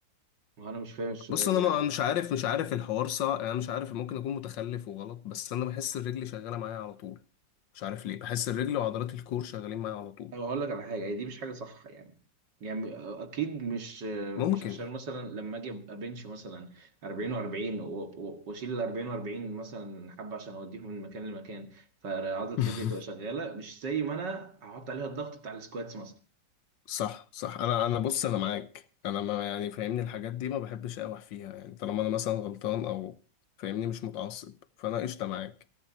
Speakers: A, on the right (about 65°); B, on the left (about 70°).
A: ما انا مش فاهم السؤال
B: بص انا
A: يعني
B: ما- مش عارف مش عارف الحوار صح انا مش عارف ممكن اكون متخلف وغلط بس انا بحس الرجل شغاله معايا على طول مش عارف ليه بحس الرجل وعضلات الكور شغالين معايا على طول
A: أو اقول لك على حاجه هي دي مش حاجه صح يعني يعني اكيد مش
B: ممكن
A: مش عشان مثلا لما اجي ابقى بنش مثلا 40 و40 واشيل ال 40 و40 مثلا حبه عشان اوديهم من مكان لمكان فعضله
B: <laughs>
A: رجلي تبقى شغاله مش زي ما انا هحط عليها الضغط بتاع السكواتس مثلا
B: صح صح انا انا بص انا معاك انا ما يعني فاهمني الحاجات دي ما بحبش اقوح فيها يعني طالما انا مثلا غلطان او فاهمني مش متعصب فانا قشطه معاك